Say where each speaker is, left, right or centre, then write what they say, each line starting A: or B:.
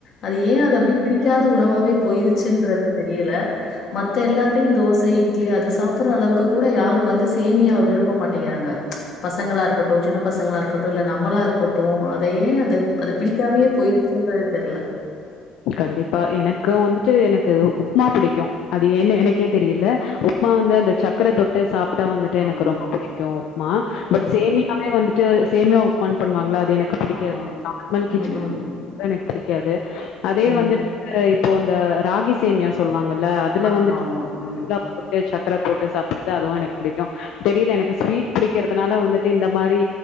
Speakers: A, on the left; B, on the left.
A: அது ஏ அது அப்டி பிடிக்காத உணவாவே போய்ரு சின்றது மத்த எல்லாத்தயு தோச இட்லி அது சாப்புர்ர அளவுக்கு கூட யாரு வந்து சேமியா விரும்ப மாட்டேங்குறா ங்க பசங்களார்க்கட்டு சின்ன பசங்களார்க்கட்டு இல்ல நம்மளார்க்கட்டூ அதயே அத அத பிடிக்காமே பொய்ருச்சுன்றது தெர்ல
B: கண்டிப்பா எனக்கு வந்துட்டு எனக்கு உப்மா புடிக்கு அது ஏன்னு எனக்கே தெரியல்ல உப்மா நா வந்து அந்த சக்கர தொட்டு சாப் ப்டா வந்துட்டு
A: ஆமா
B: எனக்கு ரொம்ப புடிக்கு உப்மா
A: சரி
B: பட் சேமியாவே
A: சரி
B: வந்துட்டு சேமியா உப்புமான் பண்ணுவாங்கல்ல எனக்கு பிடிக்காது
A: ஆமா
B: நார்மல் கிச்சடி
A: ம் ம்
B: எனக்கு பிடிக்காது அதே
A: ம்
B: வந்துட்டு இப்போ இந்த ராகி சேமியா சொல்லுவாங்கல்ல அதுல
A: ஆமா
B: வந்துட்டு
A: ஆமா ம்
B: போட்டு சக் க்கர போட்டு சாப்புறது அதுவு எனக்கு புடிக்கூ தெரியல எனக்கு ஸ்வீட் பிடிக்கிறதுனால வந்துட்டு இந்த மாரி